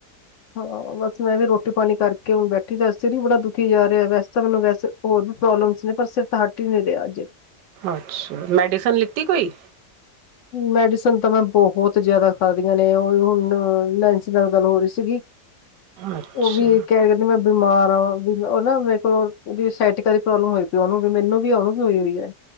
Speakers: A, on the left; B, on the right.
A: ਹਾਂ। ਮੈ ਵੀ ਰੋਟੀ ਪਾਣੀ ਕਰਕੇ, ਹੁਣ ਬੈਠੀ ਦਾ, ਸਿਰ ਵੀ ਬੜਾ ਦੁਖੀ ਜਾ ਰੇਆ, ਵੈਸ ਤਾਂ ਮੈਨੂੰ ਵੈਸੇ, ਹੋਰ ਵੀ ਪ੍ਰੋਬਲਮਸ ਨੇ, ਪਰ ਸਿਰ ਤਾ ਹ ਹੱਟ ਈ ਨੀ ਰੇਆ ਅੱਜ।
B: ਅਛਾ, ਮੈਡੀਸਨ ਲਿਤੀ ਕੋਈ?
A: ਮੈਡੀਸਨ ਤਾਂ ਮੈਂ ਬੌਹੋਤ ਜਾਦਾ ਖਾਦੀਆਂ ਨੇ, ਉਈ ਹੁਣ ਨੈਨਸੀ ਨਾਲ ਗਲ ਹੋ ਰਈ ਸੀਗੀ।
B: ਅੱਛਾ
A: ਔਹ ਵੀ ਏਹ ਕੇਹ ਨੀ ਮੈਂ ਬਿਮਾਰ ਆ, ਵੀ ਉਹ ਨਾ ਮੇਰੇ ਕੋਲ ਉਅਦੀ ਸੈਟਿਕਾਂ ਦੀ ਪ੍ਰੋਬਲਮ ਹੋਈ ਪਈ ਉਹਨੂੰ, ਵੀ ਮੈਨੂੰ ਵੀ ਉਹਨੂੰ ਹੋਈ-ਹੋਈ ਐ।